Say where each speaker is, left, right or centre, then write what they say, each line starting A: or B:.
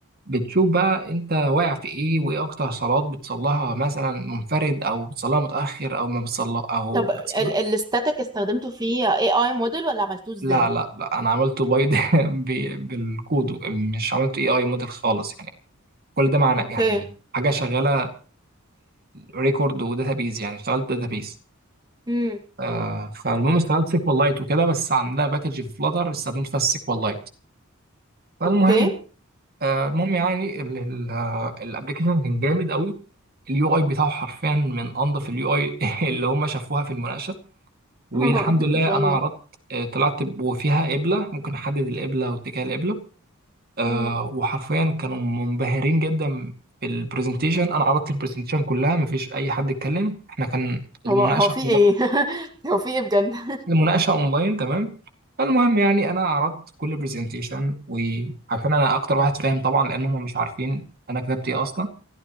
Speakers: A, on the right; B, on the right.
A: بتشوف بقى انت واقع في ايه وايه اكتر صلوات بتصليها مثلا منفرد او بتصليها متاخر او ما بتصلي او
B: طب
A: بتصلي
B: ال الستاتيك استخدمته فيه اي اي موديل ولا عملتوه ازاي
A: لا لا لا انا عملته بايد <laughs> ب- بالكود مش عملته اي اي موديل خالص يعني كل ده معنى
B: اوكي
A: يعني حاجه شغاله ريكورد وداتابيز يعني اشتغلت داتابيز
B: امم
A: آه فالمهم اشتغلت سيكوال لايت وكده بس عندنا باكج في فلاتر استخدمت فيها السيكوال لايت فالمهم
B: اوكي
A: آه، المهم يعني الابلكيشن كان جامد قوي اليو اي بتاعه حرفيا من انظف اليو اي <laughs> اللي هم شافوها في المناقشه والحمد
B: <laughs>
A: لله
B: ان شاء
A: انا
B: الله
A: عرضت آه، طلعت ب- وفيها قبله ممكن احدد القبله واتجاه القبله آه،
B: امم
A: وحرفيا كانوا منبهرين جدا بالبرزنتيشن انا عرضت البرزنتيشن كلها مفيش اي حد اتكلم احنا كان المناقشه
B: هو هو في ايه <laughs> هو في ايه بجد <laughs>
A: المناقشه اونلاين تمام فالمهم يعني انا عرضت كل برزنتيشن وعشان انا اكتر واحد فاهم طبعا لان هم مش عارفين انا كتبت ايه اصلا